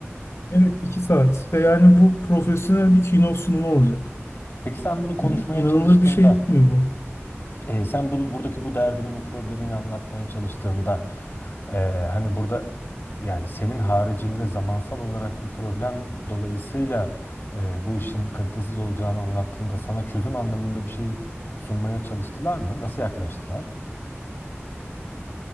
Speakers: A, on the left; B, on the left.
A: Evet iki saat. Ve yani bu profesyonel bir keynote sunumu olacak.
B: Peki sen bunu konuşmaya
A: Yani inanılır
B: çalıştığında
A: bir şey değil mi bu?
B: E, sen bu, buradaki bu derdini, bu problemini anlatmaya çalıştığında e, hani burada yani senin haricinde zamansal olarak bir problem dolayısıyla e, bu işin kalitesiz olacağını anlattığında sana çözüm anlamında bir şey sunmaya çalıştılar mı? Nasıl yaklaştılar?